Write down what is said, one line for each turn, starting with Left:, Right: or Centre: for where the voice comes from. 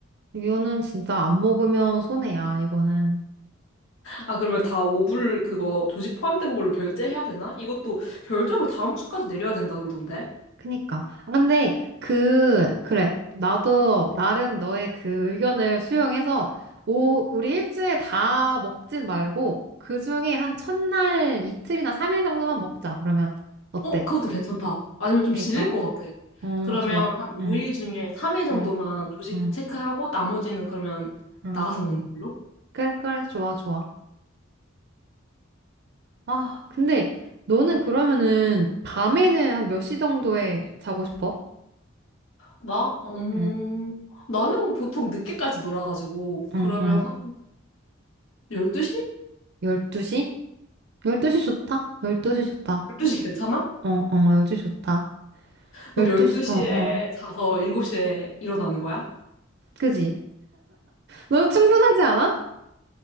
Right: 이거는 진짜 안 먹으면 손해야, 이거는.
Left: 아 그러면 다 5불 그거 조식 포함된 걸로 결제해야 되나? 이것도 결정을 다음 주까지 내려야 된다 그러던데.
Right: 그니까. 아, 근데, 그, 그래. 나도, 나름 너의 그 의견을 수용해서, 오, 우리 일주일 다 먹진 말고, 그 중에 한 첫날 이틀이나 삼일 정도만 먹자, 그러면. 어때?
Left: 어 그것도 괜찮다. 아니면 좀
Right: 그니까.
Left: 질릴 것 같아.
Right: 어,
Left: 그러면
Right: 좋아.
Left: 한
Right: 응,
Left: 5일 중에 3일 정도만
Right: 응,
Left: 조식
Right: 응,
Left: 체크하고 나머지는 그러면
Right: 응.
Left: 나가서 먹는 걸로?
Right: 그래, 그래, 좋아, 좋아. 아, 근데 너는 그러면은 밤에는 한 몇 시 정도에 자고 싶어?
Left: 나? 음,
Right: 응,
Left: 나는 보통 늦게까지 놀아가지고
Right: 응,
Left: 그러면
Right: 응.
Left: 한 12시?
Right: 12시? 12시 좋다. 12시 좋다.
Left: 12시 괜찮아?
Right: 어, 어, 12시 좋다.
Left: 그럼
Right: 12시,
Left: 12시에
Right: 어, 어.
Left: 자서 7시에 일어나는 거야?
Right: 그지? 너무 충분하지 않아?